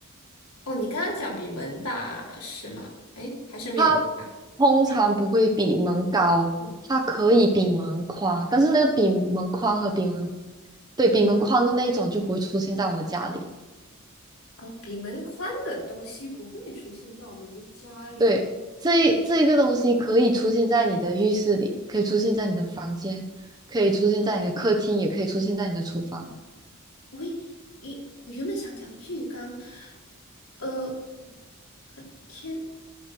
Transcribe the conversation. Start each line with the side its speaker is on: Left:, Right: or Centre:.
Left: 哦，你刚刚讲比门大是吗？诶，还是没有门大？
Right: 它通常不会比门高，
Left: 没有。哦
Right: 它可以比门宽，但是那个比门宽和比门，对，比门宽的那一种就不会出现在我们家里。
Left: 哦，比门宽的东西不会出现在我们的家里。
Right: 对，这一这一个东西可以出现在你的浴室里，可以出现在你的房间，可以出现在你的客厅，也可以出现在你的厨房，
Left: 喂，一一我原本想讲浴缸，呃，天